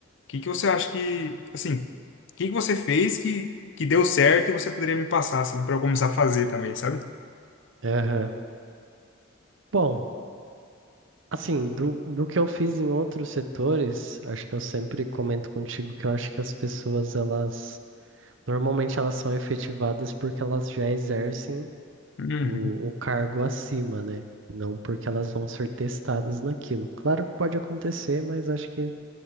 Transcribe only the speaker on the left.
que que você acha que, assim, o que que você fez que, que deu certo e você poderia me passar, assim, para eu começar a fazer também, sabe?
Uhum,